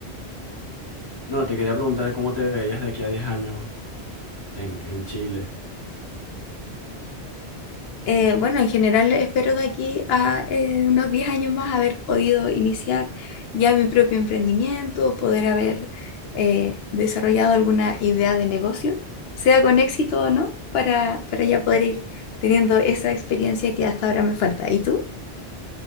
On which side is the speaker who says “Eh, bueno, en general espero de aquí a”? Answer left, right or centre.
Left